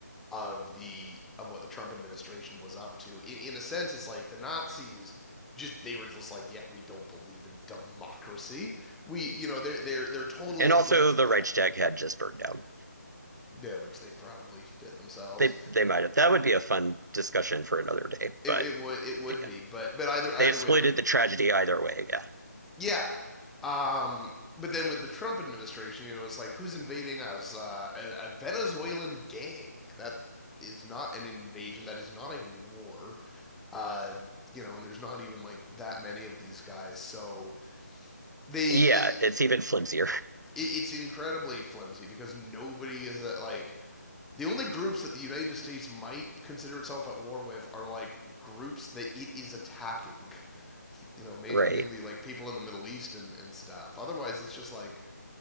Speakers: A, in the centre; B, on the right (about 80°).
A: of the of what the Trump administration was up to. In in a sense, it's like the Nazis just they were just like, yeah, we don't believe in democracy. We you know they're they're they're totally
B: And
A: against
B: also the
A: that.
B: Reichstag had just burned down.
A: Yeah, which they probably did themselves.
B: They they might have. That would be a fun discussion for another day, but
A: It it would it would
B: but yeah.
A: be, but but either either
B: They exploited
A: way, like
B: the tragedy either way, yeah.
A: Yeah. Um, but then with the Trump administration, you know, it's like who's invading us? Uh, a, a Venezuelan gang. That is not an invasion. That is not a war. Uh, you know, and there's not even like that many of these guys. So they,
B: Yeah,
A: yeah,
B: it's even flimsier.
A: it, it's incredibly flimsy because nobody is at, like the only groups that the United States might consider itself at war with are like groups that it is attacking. You know, ma-
B: <laughs> Right.
A: mainly like people in the Middle East and and stuff. Otherwise, it's just like